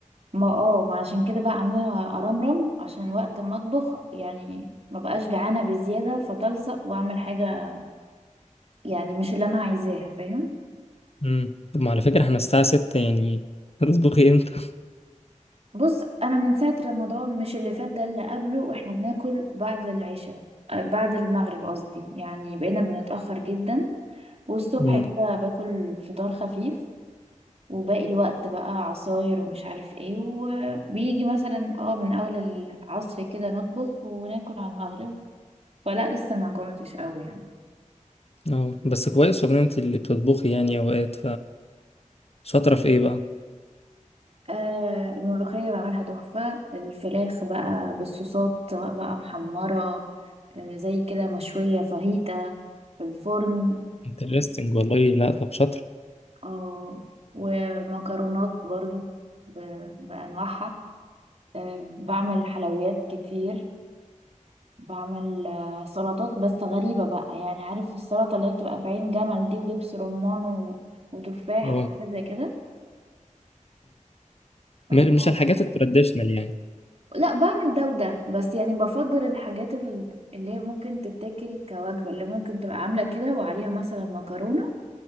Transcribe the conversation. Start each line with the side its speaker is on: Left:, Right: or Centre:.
Right: ما اه ما عشان كده بقى عاملة أرمرم عشان وقت ما أطبخ يعني ما بقاش جعانة بزيادة فتلصق وأعمل حاجة يعني مش اللي أنا عايزاها فاهم
Left: مم. طب ما على فكره احنا الساعه 6 يعني هتطبخي امتى
Right: بص أنا من ساعة رمضان مش اللي فات ده اللي قبله وإحنا بناكل بعد العشاء آه، بعد المغرب قصدي يعني بقينا بنتأخر جدا والصبح
Left: مم.
Right: كده باكل فطار خفيف وباقي الوقت بقى عصاير ومش عارف ايه وبيجي مثلا اه من أول العصر كده نطبخ وناكل على المغرب فلا لسه ما جوعتش قوي يعني
Left: اه بس كويس والله انت اللي بتطبخي يعني اوقات فشاطره في ايه بقى
Right: آه الملوخية بعملها تحفة الفراخ بقى بالصوصات سواء بقى محمرة آه زي كده مشوية فاهيتا في الفرن
Left: انترستنج والله لا طب شاطره
Right: آه ومكرونات برضو ب- بأنواعها آه بعمل حلويات كتير بعمل آه سلطات بس غريبة بقى يعني عارف السلطة اللي هي بتبقى بعين جمل دي ودبس رمان و- وتفاح
Left: اه
Right: وحاجات زي كده بحبها
Left: م- مش الحاجات التراديشنال يعني
Right: لا بعمل ده وده بس يعني بفضل الحاجات ال- اللي هي ممكن تتاكل كوجبة اللي ممكن تبقى عاملة كده وعليها مثلا مكرونة